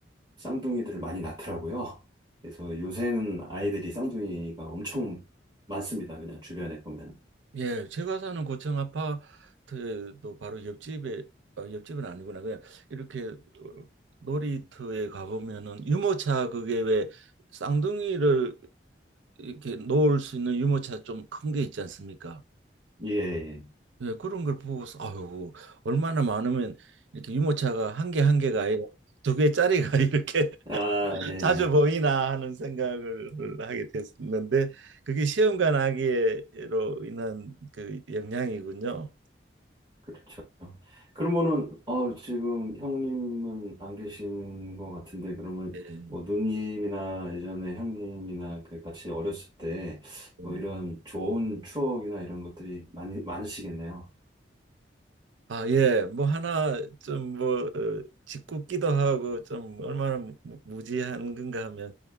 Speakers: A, on the right; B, on the right.
A: 쌍둥이들을 많이 낳더라고요. 그래서 요새는 아이들이 쌍둥이가 엄청 많습니다. 그냥 주변에 보면.
B: 예, 제가 사는 고층 아파트도 바로 옆집에 어, 옆집은 아니구나. 그냥 이렇게 어, 놀이터에 가보면은 유모차 그게 왜 쌍둥이를 이렇게 놓을 수 있는 유모차 좀 큰 게 있지 않습니까?
A: 예. 예.
B: 예, 그런 걸 보고서 아유 얼마나 많으면 이렇게 유모차가 한 개 한 개가 아니라 두 개짜리가 <laughs> 이렇게
A: 아, 예.
B: 자주
A: 예.
B: 보이나 하는 생각을 하게 됐었는데 그게 시험관 아기로 인한 그 영향이군요.
A: 그렇죠. 그러면은 어, 지금 형님은 안 계시는 것 같은데 그러면
B: 예.
A: 뭐 누님이나 예전에 형님이나 그 같이 어렸을 때
B: 네.
A: 뭐 이런 좋은 추억이나 이런 것들이 많이 많으시겠네요.
B: 아, 예. 뭐 하나 좀뭐 어, 짓궂기도 하고 좀 얼마나 무, 무- 무지한 건가 하면